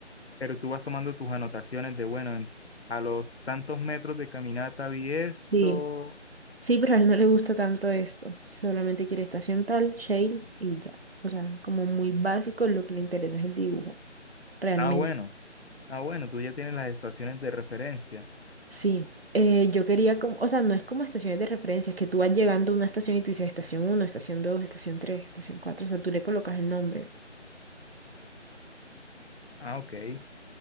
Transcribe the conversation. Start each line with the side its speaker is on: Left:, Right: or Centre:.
Left: pero tú vas tomando tus anotaciones de, bueno, en- a los tantos metros de caminata vi esto.
Right: Sí, sí, pero a él no le gusta tanto esto, solamente quiere estación tal, shale y ya. O sea, como muy básico, lo que le interesa es el dibujo, realmente.
Left: Ah, bueno, ah, bueno, tú ya tienes las estaciones de referencia.
Right: Sí, eh, yo quería como, o sea, no es como estaciones de referencia, es que tú vas llegando a una estación y tú dices estación uno, estación 2, estación tres, estación cuatro, o sea, tú le colocas el nombre.
Left: Ah, ok.